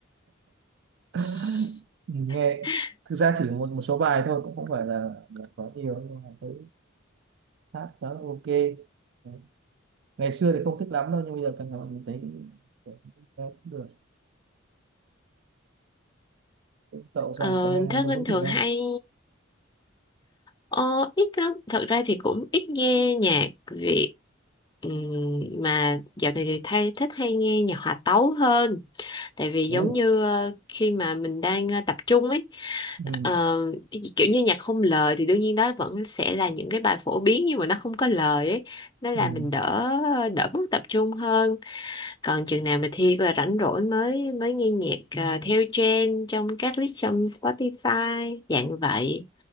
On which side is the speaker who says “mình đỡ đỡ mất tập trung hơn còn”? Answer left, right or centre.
Left